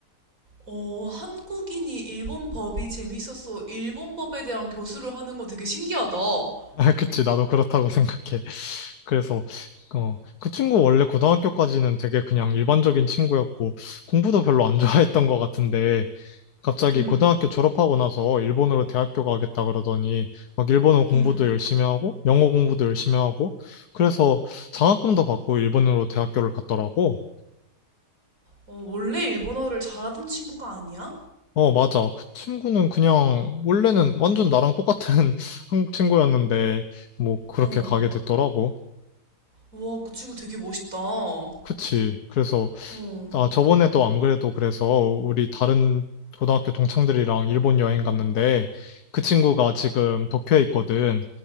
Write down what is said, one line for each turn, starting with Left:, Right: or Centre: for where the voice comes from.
Right: 어, 한국인이 일본 법이 재밌어서 일본 법에 대한 교수를 하는 거 되게 신기하다. 어,
Left: <laughs> 아, 그치, 나도 그렇다고 생각해. 그래서 어, 그 친구 원래 고등학교까지는 되게 그냥 일반적인 친구였고 공부도 별로 안 좋아했던 것 같은데 갑자기
Right: 음,
Left: 고등학교 졸업하고 나서 일본으로 대학교 가겠다 그러더니 막 일본어 공부도
Right: 음.
Left: 열심히 하고 영어 공부도 열심히 하고 그래서 장학금도 받고 일본으로 대학교를 갔더라고.
Right: 어, 원래 일본어를 잘하던 친구가 아니야?
Left: 어, 맞아. 그 친구는 그냥 원래는 완전 나랑 똑같은 <laughs> 한국 친구였는데 뭐 그렇게
Right: 어.
Left: 가게 됐더라고.
Right: 와, 그 친구 되게 멋있다. 어,
Left: 그치. 그래서
Right: 응,
Left: 아, 저번에도 안 그래도 그래서 우리 다른 고등학교 동창들이랑 일본 여행 갔는데 그 친구가 지금 도쿄에 있거든.